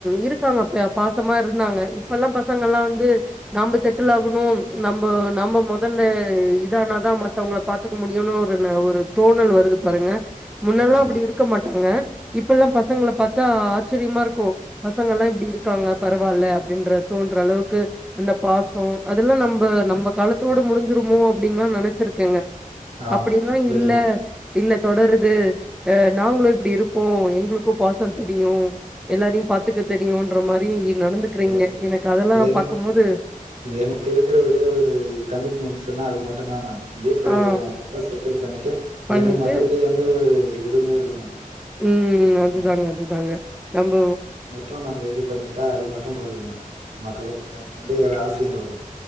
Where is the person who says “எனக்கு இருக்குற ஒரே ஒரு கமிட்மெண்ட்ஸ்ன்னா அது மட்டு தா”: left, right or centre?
Right